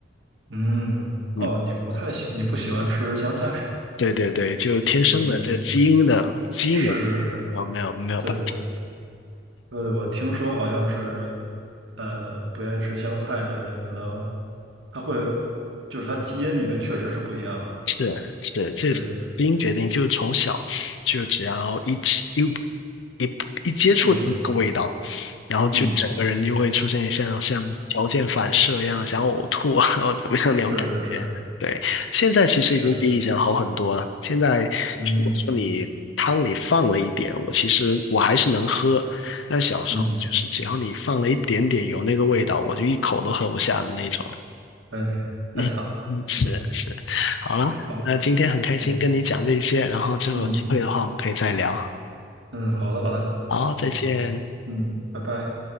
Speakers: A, on the right; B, on the left.
A: 嗯，哦，
B: 嗯，
A: 你不太喜，你不喜欢吃香菜，
B: 对对对，就天生的这基因的基因我我没有没有办
A: 嗯，是是是，对对对，对，我听说好像是，呃，不愿意吃香菜的人，可能他会，就是他基因里面确实是不一样的，
B: 是是，这是基因决定，
A: 对，
B: 就从小就只要一吃一一一接触到那个味道，
A: 一闻，
B: 然后就整个人就会出现像像条件反射一样，
A: 嗯，
B: 想呕吐啊，或者怎么样那种感觉。
A: 是是是
B: 对，现在其实已经比以前好很多了。
A: 是，
B: 现在
A: 嗯
B: 如果说你汤里放了一点，我其实我还是能喝，但小时候就是只要你放了一点点有那个味道，
A: 嗯，
B: 我就一口都喝不下的那种。
A: 哎，
B: 嗯，
A: 太惨了，
B: 嗯是是，
A: 嗯，
B: 好了，
A: 是，好，
B: 那今天很开心跟你讲这些，
A: 好，
B: 然后之后有机会的话我们可以再聊。
A: 嗯嗯，好的好的，
B: 好，再见。
A: 嗯嗯，拜拜。